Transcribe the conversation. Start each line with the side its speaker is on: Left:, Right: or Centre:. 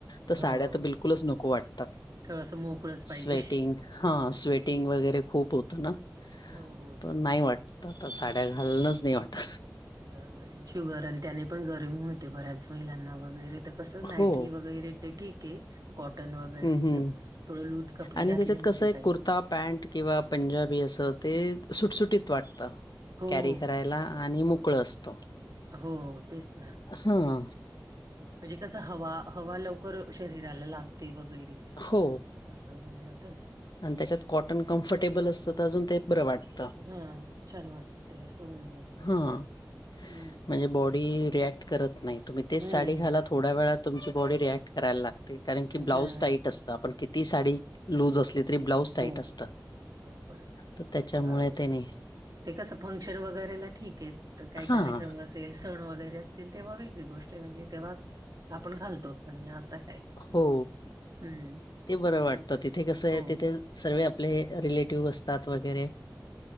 Left: तर
Right: हो
Left: साड्या तर बिलकुलच नको वाटतात
Right: थोडसं मोकळंच पाहिजे
Left: स्वेटिंग. हां स्वेटिंग वगैरे खूप होतं ना.
Right: हो हो.
Left: तर नाही वाटतं तर साड्या घालणंच नाही वाटत.
Right: बरोबर आहे शुगर आणि त्याने पण गरम होते बऱ्याच महिलांना वगैरे. कस नाईटी
Left: हो.
Right: वगैरे ते ठीक आहे. कॉटन वगैरेचं
Left: हं, हं.
Right: थोडं लूज कपडे
Left: आणि
Right: घातले
Left: त्याच्यात
Right: म्हणजे
Left: कसं आहे
Right: काही
Left: कुर्ता,
Right: नाही.
Left: पॅन्ट किंवा पंजाबी असं ते सुटसुटीत वाटतं.
Right: हो
Left: कॅरी
Right: हो
Left: करायला आणि मोकळ असतो.
Right: हो हो तेच ना.
Left: हा.
Right: म्हणजे कस हवा हवा लवकर शरीराला लागते वगैरे.
Left: हो
Right: असं होऊन जातं ना
Left: आणि त्याच्यात कॉटन कम्फर्टेबल असतं तर अजून ते बरं वाटत.
Right: हा छान वाटते असं होऊन जातं ना.
Left: हां.
Right: हम्म
Left: म्हणजे बॉडी
Right: तेच
Left: रिएक्ट करत नाही तुम्ही तेच
Right: हम्म
Left: साडी घालात. थोड्या वेळा तुमची बॉडी रिॲक्ट करायला लागते कारण की ब्लाउज
Right: हा
Left: टाईट असतं आपण किती साडी लूज असली. ब्लाउज टाईट
Right: हो
Left: असत
Right: बरोबर आहे
Left: तर त्याच्यामुळे
Right: अ
Left: त्यानी.
Right: ते कसं फंक्शन वगैरेला ठीक आहे काही
Left: हां.
Right: कार्यक्रम. अस सण वगैरे असतील तेव्हा वेगळी गोष्ट आहे म्हणजे तेव्हा आपण घालतोच आणि असं आहे.
Left: हो
Right: हम्म
Left: ते बरं वाटतं
Right: तेच
Left: तिथे कस आहे
Right: हो
Left: तिथे. सर्व आपले रिलेटिव्ह असतात वगैरे.